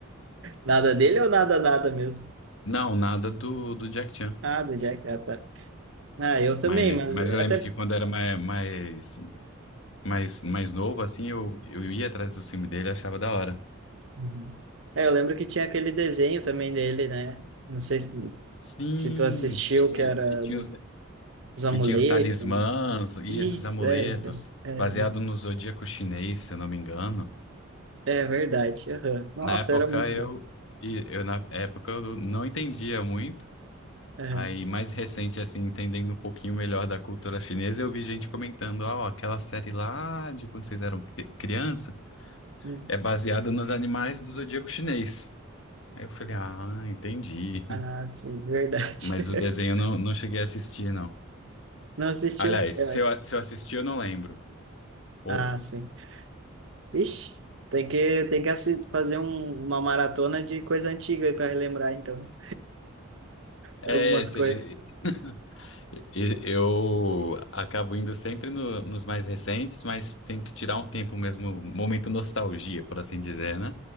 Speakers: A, on the right; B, on the left.
A: Nada dele ou nada, nada mesmo?
B: Não, nada do, do Jack Chan.
A: Ah, do Jack, ah, tá. Ah, eu também,
B: Mas,
A: mas
B: mas
A: até.
B: eu lembro que quando era mais, mais mais, mais novo, assim, eu, eu ia atrás do filme dele e achava da hora.
A: Uhum. É, eu lembro que tinha aquele desenho também dele, né? Não sei se,
B: Sim,
A: se tu assistiu,
B: que tinha,
A: que era
B: que tinha
A: do-
B: os,
A: dos
B: que
A: amuletos,
B: tinha os talismãs,
A: né?
B: isso,
A: Isso,
B: os amuletos,
A: é, isso. É, é,
B: baseado
A: isso.
B: no zodíaco chinês, se eu não me engano.
A: É verdade. aham. Nossa,
B: Na época
A: era muito
B: eu,
A: bom.
B: e eu na época eu não entendia muito.
A: Aham.
B: Aí, mais recente, assim, entendendo um pouquinho melhor da cultura chinesa, eu vi gente comentando, ah, ó, aquela série lá de quando vocês eram cri- criança
A: Hum.
B: é baseada nos animais do zodíaco chinês. Aí eu falei, ah, entendi.
A: Ah, sim, verdade.
B: Mas
A: <laughs>
B: o desenho eu não, não cheguei a assistir, não.
A: Não assistiu?
B: Aliás,
A: Eu
B: se
A: acho.
B: eu, se eu assisti, eu não lembro. O-
A: Ah, sim. Vixe, tem que, tem que assi- fazer um- uma maratona de coisa antiga aí para relembrar, então,
B: é,
A: de algumas
B: se-
A: coisas.
B: e- e- eu acabo indo sempre no- nos mais recentes, mas tem que tirar um tempo mesmo, um momento nostalgia, por assim dizer, né?